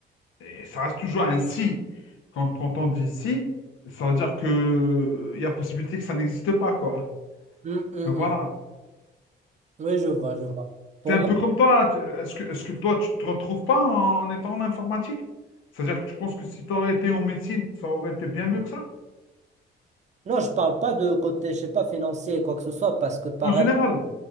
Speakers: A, on the left; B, on the right.
A: et ça reste toujours un si, quand, quand on dit si, ça veut dire que euh, il y a possibilité que ça n'existe pas, quoi.
B: hmm, hmm,
A: Donc
B: hmm.
A: voilà.
B: Oui, je vois, je vois. Pour
A: C'est un
B: moi,
A: peu comme toi. tu- Est-ce que, est-ce que toi, tu te retrouves pas en étant en informatique? C'est-à-dire que tu penses que si tu aurais été en médecine, ça aurait été bien mieux que ça?
B: non, je parle pas de côté, je sais pas, financier, quoi que ce soit, parce que pareil,
A: En général.